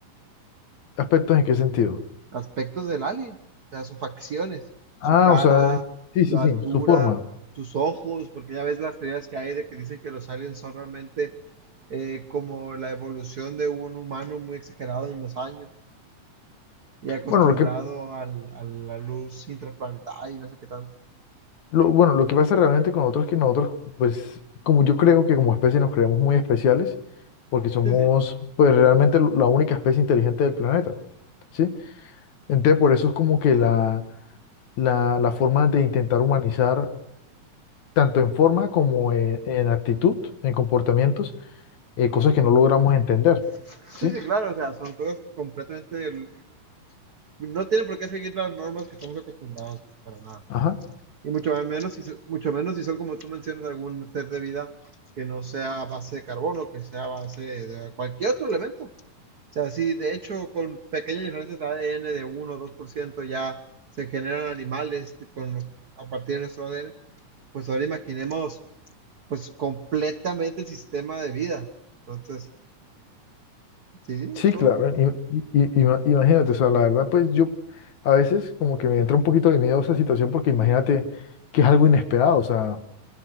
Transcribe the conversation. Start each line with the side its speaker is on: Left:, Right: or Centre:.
Left: ¿aspectos en qué sentido?
Right: aspectos del alien, o sea, sus facciones, su
Left: Ah,
Right: cara,
Left: o sea, sí,
Right: la
Left: sí, sí,
Right: altura,
Left: su forma.
Right: sus ojos, porque ya ves las teorías que hay de que dicen que los aliens son realmente eh, como la evolución de un humano muy exagerado en los años y acostumbrado
Left: Bueno, lo que
Right: al- a la luz intraplanetaria y no sé qué tanto.
Left: Lo, bueno, lo que pasa realmente con nosotros es que nosotros, pues, como yo creo que como especie nos creemos muy especiales, porque somos,
Right: Sí, sí.
Left: pues, realmente la única especie inteligente del planeta, ¿sí? Entonces, por eso es como que la, la, la forma de intentar humanizar, tanto en forma como en, en actitud, en comportamientos, eh, cosas que no logramos entender,
Right: Sí,
Left: ¿sí?
Right: sí, claro, o sea, son cosas completamente... No tienen por qué seguir las normas que estamos acostumbrados, pues, para nada.
Left: Ajá,
Right: Y mucho menos si, so- mucho menos si son como tú mencionas algún ser de vida que no sea a base de carbono, que sea a base de cualquier otro elemento. O sea, sí, de hecho, con pequeñas diferencias de ADN de 1 o 2% ya se generan animales con, a partir de nuestro ADN. Pues ahora imaginemos, pues, completamente el sistema de vida. Entonces, sí,
Left: Sí,
Right: ¿no?
Left: claro. im- i- i- ima- imagínate, o sea, la verdad, pues yo a veces como que me entra un poquito de miedo esa situación porque imagínate que es algo inesperado, o sea,